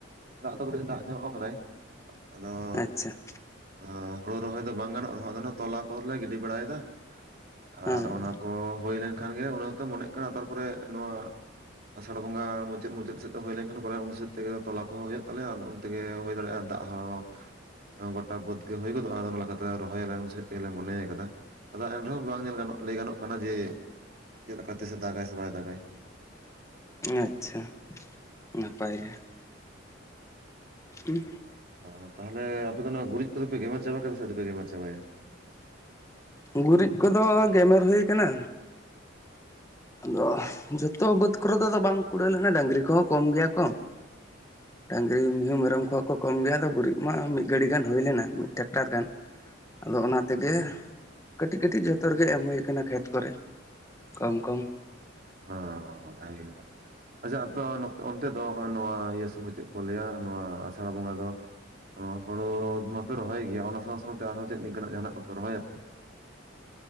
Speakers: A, on the right; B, on the left.
A: ᱫᱟᱜ ᱫᱚ ᱠᱟᱹᱴᱤᱡ ᱫᱟᱜ ᱧᱚᱜ ᱟᱠᱟᱫᱟᱭ᱾ ᱟᱫᱚᱭ
B: ᱟᱪᱪᱷᱟ
A: ᱦᱚ ᱦᱩᱲᱩ ᱨᱚᱦᱚᱭ ᱫᱚ ᱵᱟᱝ ᱜᱟᱱᱚᱜ ᱨᱚᱦᱚᱸ ᱟᱫᱚ ᱚᱱᱟ ᱛᱚᱞᱟ ᱠᱚᱞᱮ ᱜᱤᱰᱤ ᱵᱟᱲᱟᱭ ᱫᱟ ᱟᱨ
B: ᱦᱮᱸ
A: ᱚᱱᱟ ᱠᱚ ᱦᱩᱭ ᱞᱮᱱ ᱠᱷᱟᱱ ᱜᱮ ᱚᱱᱟ ᱦᱚᱸ ᱛᱚ ᱢᱚᱱᱮᱜ ᱠᱟᱱᱟ ᱛᱟᱨᱯᱚᱨᱮ ᱱᱚᱣᱟ ᱟᱥᱟᱲ ᱵᱚᱸᱜᱟ ᱢᱩᱡᱽ ᱢᱩᱪᱟᱹᱫ ᱢᱩᱪᱟᱹᱫ ᱥᱮᱫ ᱛᱮ ᱦᱩᱭ ᱞᱮᱱᱠᱷᱟᱱ ᱵᱟᱨᱣᱟ ᱩᱱ ᱥᱮᱫ ᱛᱮᱜᱮ ᱛᱚᱞᱟ ᱠᱚᱦᱚᱸ ᱦᱩᱭᱩᱜ ᱛᱟᱞᱮᱭᱟ ᱩᱱ ᱛᱮᱜᱮ ᱦᱩᱭ ᱫᱟᱲᱮᱭᱟᱜ-ᱟ ᱫᱟᱜ ᱦᱚᱸ ᱚ ᱜᱚᱴᱟ ᱵᱟᱹᱫᱽ ᱜᱮ ᱦᱩᱭ ᱜᱚᱫᱚᱜ-ᱟ ᱟᱫᱚ ᱚᱱᱟ ᱞᱮᱠᱟ ᱛᱮ ᱨᱚᱦᱚᱭ ᱟᱞᱮ ᱩᱱ ᱥᱮᱫ ᱛᱮᱜᱮᱞᱮ ᱢᱚᱱᱮᱭ ᱟᱠᱟᱫᱟ᱾ ᱟᱫᱚ ᱮᱱ ᱨᱮᱦᱚᱸ ᱵᱟᱝ ᱧᱮᱞ ᱜᱟᱱᱚᱜ ᱞᱟᱹᱭ ᱜᱟᱱᱚᱜ ᱠᱟᱱᱟ ᱡᱮ ᱪᱮᱫ ᱞᱮᱠᱟ ᱛᱮᱥᱮ ᱫᱟᱜᱟᱭ ᱥᱮ ᱵᱟᱭ ᱫᱟᱜᱟᱭ
B: ᱦᱮᱸ ᱟᱪᱪᱷᱟ ᱱᱟᱯᱟᱭ ᱜᱮ ᱩᱸ
A: ᱚ ᱛᱟᱦᱚᱞᱮ ᱟᱯᱮ ᱫᱚ ᱚᱱᱟ ᱜᱩᱨᱤᱡ ᱠᱚᱫᱚ ᱯᱮ ᱜᱮᱢᱮᱨ ᱪᱟᱵᱟ ᱠᱟᱫᱟ ᱥᱮ ᱟᱹᱣᱨᱤ ᱯᱮ ᱜᱮᱢᱮᱨ ᱪᱟᱵᱟᱭᱟ?
B: ᱜᱩᱨᱤᱡ ᱠᱚᱫᱚ ᱜᱮᱢᱮᱨ ᱦᱩᱭ ᱠᱟᱱᱟ᱾
A: <inaudible>
B: ᱟᱫᱚ ᱡᱚᱛᱚ ᱵᱟᱹᱫᱽ ᱠᱚᱨᱮ ᱫᱚ ᱵᱟᱝ ᱠᱩᱲᱟᱹᱣ ᱞᱮᱱᱟ ᱰᱟᱹᱝᱨᱤ ᱠᱚᱦᱚᱸ ᱠᱚᱢ ᱜᱮᱭᱟ ᱠᱚ
A: <inaudible>
B: ᱰᱟᱹᱝᱨᱤ ᱢᱤᱸᱦᱩ ᱢᱮᱨᱚᱢ ᱠᱚᱦᱚᱸ ᱠᱚᱢ ᱜᱮᱭᱟ ᱟᱫᱚ ᱜᱩᱨᱤᱡᱽ ᱢᱟ ᱢᱤᱫ ᱜᱷᱟᱹᱲᱤ ᱜᱟᱱ ᱦᱩᱭ ᱞᱮᱱᱟ ᱢᱤᱫ ᱴᱮᱠᱴᱟᱨ ᱜᱟᱱ ᱟᱫᱚ ᱚᱱᱟ ᱛᱮᱜᱮ ᱠᱟᱹᱴᱤᱡᱽ ᱠᱟᱹᱴᱤᱡᱽ ᱡᱚᱛᱚ ᱨᱮᱜᱮ ᱮᱢ ᱦᱩᱭ ᱠᱟᱱᱟ ᱠᱷᱮᱛ ᱠᱚᱨᱮ ᱠᱚᱢ ᱠᱚᱢ
A: ᱚ ᱵᱷᱟᱜᱤᱨᱜᱮ ᱛᱟᱦᱞᱮ ᱟᱪᱪᱷᱟ ᱟᱯᱮ ᱱᱚᱛᱮ ᱚᱱᱛᱮ ᱫᱚ ᱱᱚᱣᱟ ᱤᱭᱟᱹ ᱥᱚᱢᱚᱭ ᱪᱮᱫ ᱠᱚ ᱞᱟᱹᱭᱟ ᱱᱚᱣᱟ ᱟᱥᱟᱲ ᱵᱚᱸᱜᱟ ᱫᱚ ᱦᱚ ᱦᱳᱲᱳ ᱢᱟᱯᱮ ᱨᱚᱦᱚᱭ ᱜᱮᱭᱟ ᱚᱱᱟ ᱥᱟᱶ ᱥᱟᱶ ᱛᱮ ᱟᱨᱦᱚᱸ ᱪᱮᱫ ᱱᱤᱝᱠᱟᱹᱱᱟᱝ ᱡᱟᱦᱟᱱᱟᱸᱜ ᱠᱚᱯᱮ ᱨᱚᱦᱚᱭ ᱟᱯᱮ